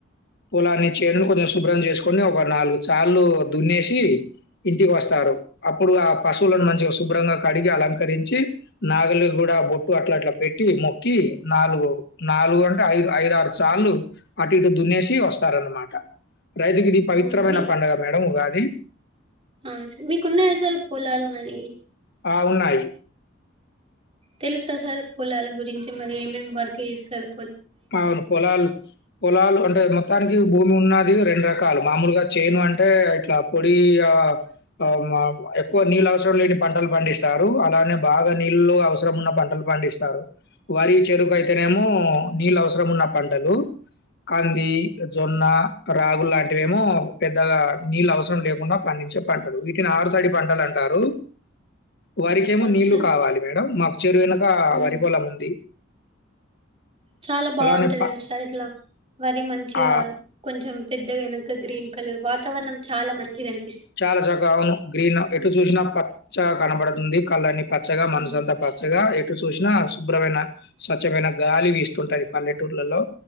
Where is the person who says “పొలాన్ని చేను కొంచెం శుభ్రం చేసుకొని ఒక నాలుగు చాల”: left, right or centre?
Left